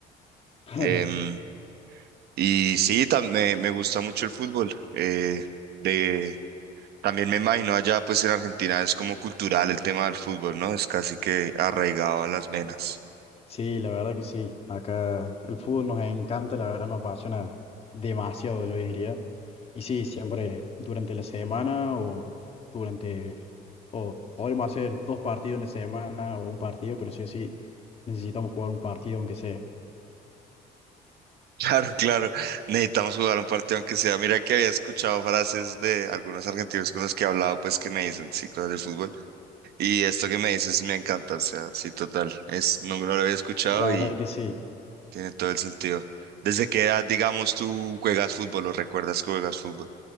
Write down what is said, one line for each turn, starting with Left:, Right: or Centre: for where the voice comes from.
Left: <laughs>
Right: Em, y sí, tam- me, me gusta mucho el fútbol. Eh, de, también me imagino allá, pues en Argentina es como cultural el tema del fútbol, ¿no? Es casi que arraigado a las venas.
Left: Sí, la verdad que sí. Acá el fútbol nos encanta, la verdad nos apasiona demasiado, yo diría. Y sí, siempre durante la semana o durante, o podremos hacer dos partidos en la semana o un partido, pero sí o sí necesitamos jugar un partido aunque sea.
Right: Claro, claro. Necesitamos jugar un partido aunque sea. Mira que había escuchado frases de algunos argentinos con los que he hablado, pues que me dicen, sí, cosas de fútbol. Y esto que me dices me encanta, o sea, sí, total. Es, no, no lo había escuchado
Left: La verdad
Right: y
Left: que sí.
Right: tiene todo el sentido. ¿Desde qué edad, digamos, tú juegas fútbol o recuerdas que juegas fútbol?